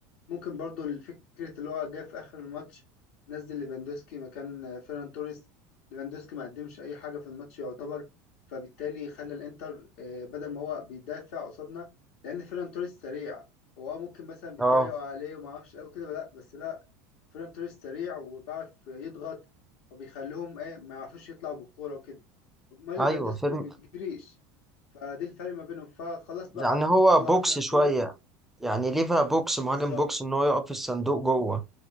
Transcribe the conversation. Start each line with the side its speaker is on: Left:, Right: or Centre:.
Left: ممكن برضو الفكره اللي هو جه في اخر الماتش نزل ليفاندوسكي مكان آه، فيران توريس ليفاندوسكي ما قدمش اي حاجه في الماتش يعتبر فبالتالي خلى الانتر آه، بدل ما هو بيدافع قصادنا لان فيران توريس سريع هو آه، ممكن مثلا بيتريقوا
Centre: اه
Left: عليه وما اعرفش قوي كده لا بس لا فيران توريس سريع وبيعرف يضغط فبيخليهم ايه ما يعرفوش يطلعوا بالكوره وكده امال
Centre: أيوه
Left: ليفاندوسكي
Centre: فيلم
Left: ما بيجريش فدي الفرق ما بينهم فخلاص بقى
Centre: يعني هو
Left: طلع
Centre: بوكس
Left: فيران
Centre: شوية
Left: توريس
Centre: يعني ليفها بوكس مهاجم
Left: بالظبط
Centre: بوكس ان هو يقف في الصندوق جوه